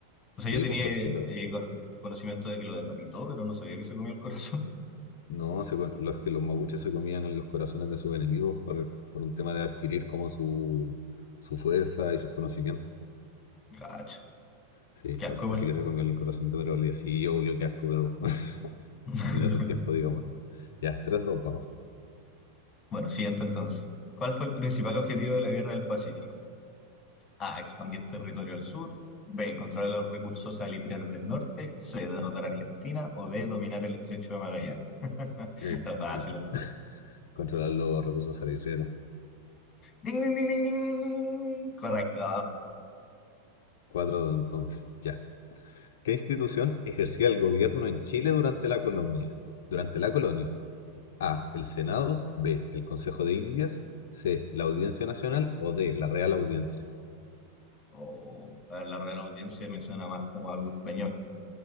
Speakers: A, on the left (about 25°); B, on the left (about 55°).
A: O
B: Sí,
A: sea, yo tenía
B: pues porque
A: eh,
B: lo,
A: eh, con- conocimiento de que lo decapitó, pero no sabía que se comió el corazón.
B: No, se co- los que los mapuches se comían en los corazones de sus enemigos por, por un tema de adquirir como su, su fuerza y sus conocimientos.
A: Cacho,
B: Sí,
A: qué
B: as-
A: asco igual.
B: así que se comió el corazón de Pedro Valdivia. Sí, yo, yo qué asco, pero <laughs>
A: <laughs>
B: en esos tiempos, digamos, ¿no? Ya, tres dos vamos.
A: Bueno, siguiente entonces. ¿Cuál fue el principal objetivo de la Guerra del Pacífico? A. Expandir territorio al sur. B. Controlar los recursos salitrarios del norte. C. Derrotar a Argentina. O D. Dominar el estrecho de Magallanes. <laughs>
B: Eh,
A: Está fácil.
B: contro- <laughs> controlar los recursos salitreros
A: ¡Ding, ding, ding, ding, ding! Correcto.
B: 4-2 entonces, ya. ¿Qué institución ejercía el gobierno en Chile durante la colonia? Durante la colonia. A. El Senado. B. El Consejo de Indias. C. La Audiencia Nacional. O D. La Real Audiencia.
A: Oh, a ver, la Real Audiencia menciona más como algo español.